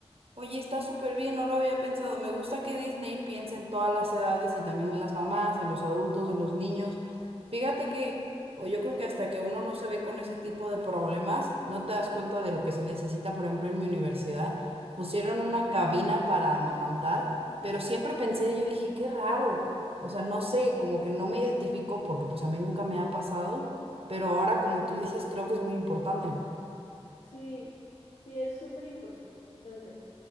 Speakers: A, on the right (about 60°); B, on the left (about 85°).
A: Oye, está súper bien, no lo había pensado. Me gusta que Disney piense en todas las edades y también en las mamás, en los adultos, en los niños. Fíjate que, o yo creo que hasta que uno no se ve con ese tipo de problemas, no te das cuenta de lo que se necesita. Por ejemplo, en mi universidad pusieron una
B: Ujú.
A: cabina para amamantar, pero siempre pensé, yo dije, qué raro. O sea, no sé, como que no me identifico porque pues a mí nunca me ha pasado, pero ahora como tú dices, creo que es muy importante.
B: Sí, sí es súper importante.